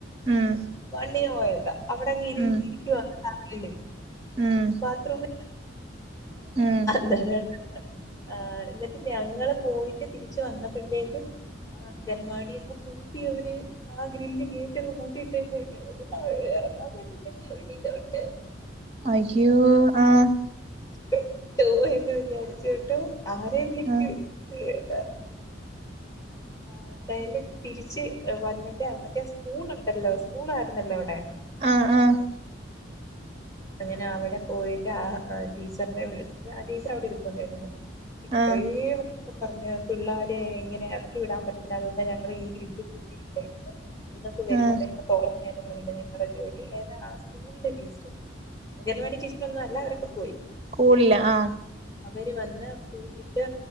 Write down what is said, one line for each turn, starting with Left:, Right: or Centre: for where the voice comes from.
Right: ഉം
Left: വണ്ടിയോ പോയത അവിടെ അങ്ങ് ഇരി
Right: ഉം
Left: ഇരിക്കൂവ കാലില്
Right: ഉം
Left: ബാത്റൂമിൽ
Right: ഉം
Left: <unintelligible> ആഹ് എന്നിട്ട് ഞങ്ങള് പോയിട്ട് തിരിച്ച് വന്നപ്പോഴത്തേക്ക് അംഗൻ വാടി അങ്ങ് പൂട്ടി അവര് ആഹ് ഗ്രില്ല് ഗേറ്റ് അങ് പൂട്ടിയിട്ടേക്കുവാ ഇനി ഞങ്ങൾ താഴെ ഇറങ്ങാൻ പറ്റത്തില്ല വെളിയിലോട്ട്
Right: അയോ ആഹ്
Left: പെട്ടു പോയി എന്ന് വിചാരിച്ചു കേട്ടോ ആരേ വിളിക്കും
Right: ആഹ്
Left: എന്ന് ആഹ് എന്തായാലും തിരിച്ച് വന്നിട്ട് മറ്റേ സ്കൂൾ ഉണ്ടല്ലോ സ്കൂൾ ആയിരുന്നല്ലോ അവിടെ
Right: ആഹ് ആഹ്
Left: അങ്ങനെ അവിടെ പോയിട്ട് ആഹ് ആഹ് ടീച്ചറിനെ വിളിച്ചിട്ട് ആ ടീച്ചർ അവിടെ ഇരിപ്പോണ്ടായിരുന്നു ഇത്രയും
Right: ആഹ്
Left: അപ്പോം പറഞ് പിള്ളേരെ ഇങ്ങനെ ഇറക്കി വിടാൻ പറ്റത്തില്ല അതുകൊണ്ട് ഞങ്ങള് ഈ ഗ്രില്ല് പൂട്ടിയിട്ടേക്കുന്നെ ഇങക്ക് വരുമ്പോം
Right: ആഹ് ആഹ്
Left: വരുമ്പോ തുറന്നു തരുന്നതല്ല ഞങ്ങളുടെ ജോലി ഏതാണ് ആ സ്കൂളിലെ ടീച്ചർ അംഗൻവാടി ടീച്ചറൊന്നും അല്ല അവരൊക്കെ പോയി
Right: സ്കൂളില ആഹ്
Left: അവര് വന്ന് പുട്ടിട്